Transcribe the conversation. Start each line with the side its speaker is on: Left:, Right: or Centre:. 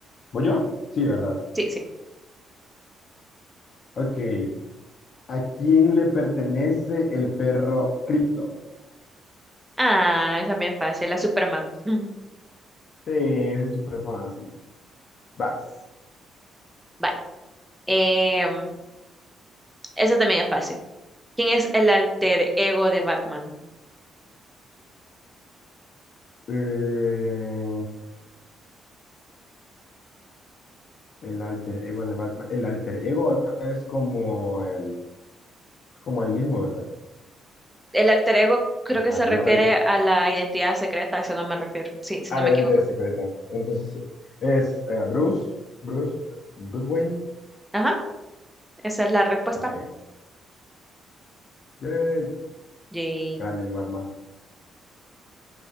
Left: ¿Voy yo? Sí, ¿verdad?
Centre: Sí, sí.
Left: Ok. ¿A quién le pertenece el perro Crypto?
Centre: Ah, esa es bien fácil, la Superman. <laughs>
Left: Sí, ese es súper fácil. Vas.
Centre: Va. em, esa también es fácil. ¿Quién es el alter ego de Batman?
Left: Eh, el alter ego de Batman. El alter ego es como el, es como el mismo, ¿verdad?
Centre: El alter ego creo
Left: Ajá,
Centre: que se
Left: y
Centre: refiere
Left: no, el-
Centre: a la identidad secreta, a eso no me refiero. Sí, si
Left: ah,
Centre: no
Left: la
Centre: me equivoco.
Left: identidad secreta. Entonces, es eh, Bruce, Bruce, Bruce Wayne.
Centre: Ajá, esa es la respuesta.
Left: Ok. Yay.
Centre: Yay.
Left: Grande mi Batman.